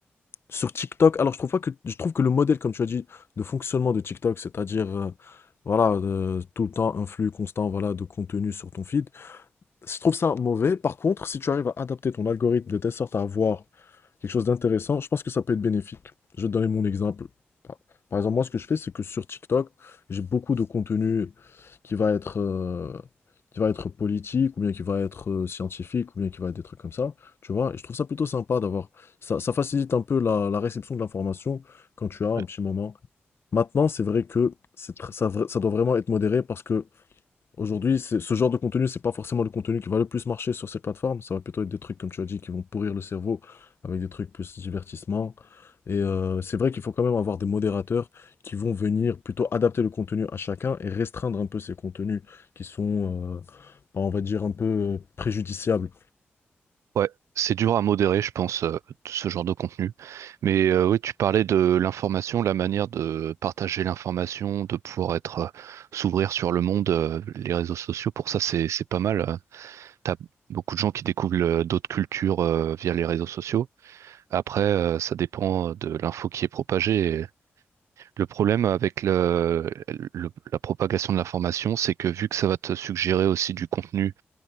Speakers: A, on the left; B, on the right.
A: sur TikTok, alors je trouve pas que je trouve que le modèle, comme tu as dit, de fonctionnement de TikTok, c'est-à-dire euh, voilà, euh, tout le temps un flux constant, voilà, de contenu sur ton feed. Je trouve ça mauvais. Par contre, si tu arrives à adapter ton algorithme de telle sorte à avoir quelque chose d'intéressant, je pense que ça peut être bénéfique. Je vais te donner mon exemple. Par par exemple, moi, ce que je fais, c'est que sur TikTok, j'ai beaucoup de contenu qui va être, euh, qui va être politique, ou bien qui va être euh, scientifique, ou bien qui va être des trucs comme ça. Tu vois, et je trouve ça plutôt sympa d'avoir. Ça, ça facilite un peu la, la réception de l'information quand tu as un
B: ouais.
A: petit moment. Maintenant, c'est vrai que c'est tr- ça, vra- ça doit vraiment être modéré parce que Aujourd'hui, c'est ce genre de contenu, c'est pas forcément le contenu qui va le plus marcher sur ces plateformes. Ça va plutôt être des trucs, comme tu as dit, qui vont pourrir le cerveau avec des trucs plus divertissement. Et euh, c'est vrai qu'il faut quand même avoir des modérateurs qui vont venir plutôt adapter le contenu à chacun et restreindre un peu ces contenus qui sont, euh, bah, on va dire, un peu euh, préjudiciables.
B: Ouais, c'est dur à modérer, je pense, euh, ce genre de contenu. Mais euh, oui, tu parlais de l'information, la manière de partager l'information, de pouvoir être, euh, s'ouvrir sur le monde, euh, les réseaux sociaux. Pour ça, c'est, c'est pas mal. euh, T'as beaucoup de gens qui découvrent le- d'autres cultures euh, via les réseaux sociaux. Après, euh, ça dépend de l'info qui est propagée. Et le problème avec le- le- la propagation de l'information, c'est que vu que ça va te suggérer aussi du contenu